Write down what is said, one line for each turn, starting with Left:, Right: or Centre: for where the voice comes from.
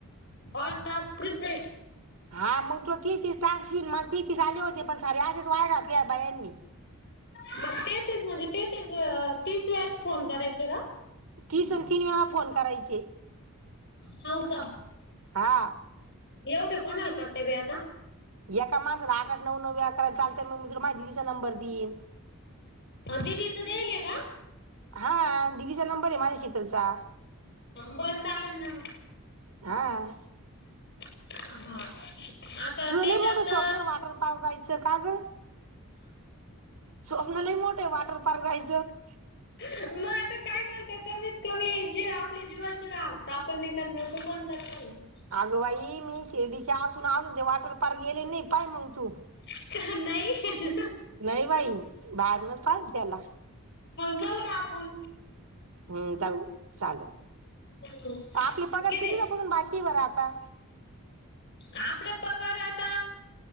Left: ऑल टास्क रिफ्रेश
Right: हा मग तुला तेहतीस टास्क मला तेहतीस आले होते पण सारे असेच वाया घातले या बायांनी
Left: मग तेहतीस म्हणजे तेहतीस तीस वेळेस फोन करायचे का???
Right: तीस न तीन वेळा फोन करायचे
Left: हावका
Right: हा
Left: येवढे कोणाला करताय बाई आता?
Right: एका माणसाला आठ - आठ नऊ - नऊ <inaudible> चालतय मग माझ्या दीदीचा नंबर देईन
Left: अं दीदीचा देयल का?
Right: हां दीदीचा नंबरय माझ्या शीतलचा
Left: बरं चालेल ना मग.
Right: आ
Left: <unintelligible>
Right: तुझं
Left: त्याच्यात
Right: लई मोठं
Left: अ
Right: स्वप्नय वॉटर पार्क जायचं का ग स्वप्न लई मोठय वॉटर पार्क जायचं
Left: <unintelligible>
Right: आगं बाई मी <unintelligible> चे असून आनंदी वॉटर पार्क गेले नाही पाय मग तू
Left: आहे? नाही
Right: नाही बाई बाहेरूनच पास केला.
Left: करू ना आपूण
Right: हम जावू चाललं
Left: किती
Right: आपली पगार किती दिवसा पासून बाकीय बरं आता?
Left: आपला पगार आता